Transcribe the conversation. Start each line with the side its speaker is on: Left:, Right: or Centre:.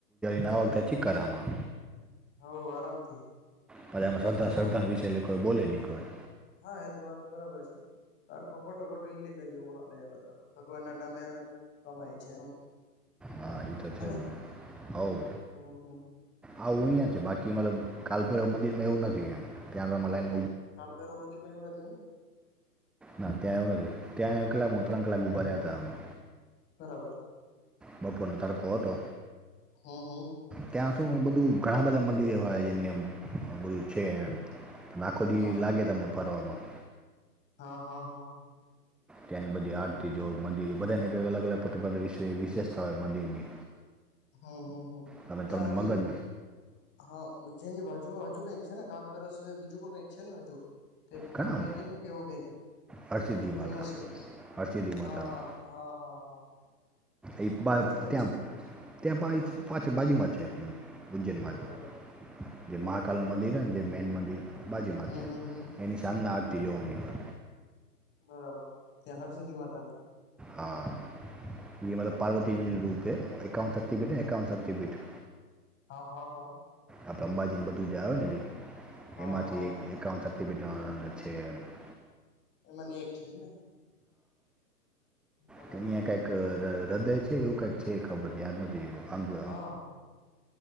Centre: ના વખત નથી કરમાં
Left: હવ આરામથી
Centre: પછી એમાં શ્રદ્ધા
Left: ઘણું
Centre: શ્રદ્ધા વિશે એલે કોઈ બોલે નહી કોઈ,
Left: હા એ તો વાત બરાબર છે. ખોટું ખોટું ઈલિગલ જેવું હાલે, મતલબ ભગવાનના નામે કમાય છે એમ
Centre: હા એ તો છે
Left: હેને
Centre: જ ને હવ
Left: હમ હમ
Centre: આવું અહીંયા છે બાકી મતલબ કાલભેરવ મંદિરમાં એવું નથી એમ ત્યાં લાઇન
Left: કાલભૈરવ મંદિરમાં એવું નથી એમ
Centre: ના ત્યાં આવું નથી, ત્યાં આવ કલાકમાં ત્રણ કલાક બ ઉભા રહ્યા હતા એમને
Left: બરાબર
Centre: બપોરનો તડકો હતો,
Left: હમ હમ
Centre: ત્યાં તો બધું ઘણા બધા મંદિર એવા હે છે એમ બધું છે આખો દિય
Left: મતલબ
Centre: લાગે તમને ફરવામાં
Left: હા હા હા
Centre: ત્યાંની બધી આરતી જો મંદિર બધાની અલગ અલગ વિશેષતા હોય મંદિરની
Left: હુ હૂ હુ
Centre: તમે
Left: ત્યાં
Centre: તમને મગન
Left: હજી હા ઉજ્જૈનની બાજુમાં બાજુ કઈક છે ને કાલભૈરવ સિવાય બીજું પણ કઈક છે ને હજુ
Centre: ઘણા
Left: માતાજીનું કેવું કઈક
Centre: હરસિદ્ધિ
Left: ફેમસ
Centre: માતા
Left: છે,
Centre: હરસિદ્ધિ માતાનું
Left: હા હા હા હા હા
Centre: એ ત્યાં
Left: બાજુમાં
Centre: ત્યાં
Left: જ છે
Centre: પણ પાછળ બાજુમાં છે. ઉજ્જૈનમાં‌
Left: બરાબર
Centre: જ- જે
Left: બરાબર
Centre: મહાકાલનું
Left: બરાબર
Centre: મંદિર જે મેન મંદિર બાજુમાં
Left: હમ
Centre: છે,
Left: હમ હમ
Centre: એની સાંજના આરતી જોવાની હોય
Left: બરાબર ત્યાં હર્ષદી માતાની
Centre: હા એ
Left: બરાબર
Centre: મતલબ પાર્વતીજી રૂતેે એકાવન શક્તિ પિઠ એકાવન શક્તિ પિઠ
Left: હા હા
Centre: આ અંબાજીને બધું જે આવને જે
Left: હા
Centre: એમાંથી
Left: હા હા
Centre: એકાવન <unintelligible>
Left: એમાંની એક છે, એમને બરાબર
Centre: તુ ન્યા
Left: બરાબર
Centre: કાંઈક ક અ હૃદય છે એક જ છે એ ખબ ધ્યાન નથી એવું
Left: હા